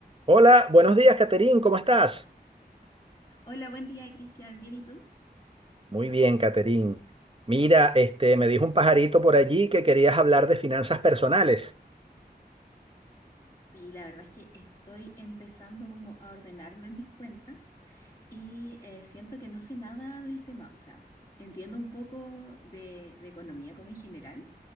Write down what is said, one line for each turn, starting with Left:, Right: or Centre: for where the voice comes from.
Right: Hola, buenos días, Caterín, ¿cómo estás?
Left: Hola, buen día, Cristian. ¿Bien y tú?
Right: Muy bien, Caterín. Mira, este, me dijo un pajarito por allí que querías hablar de finanzas personales.
Left: Sí, la verdad es que estoy empezando como a ordenarme en mis cuentas y eh, siento que no sé nada del tema. O sea, entiendo un poco de, de economía como en general,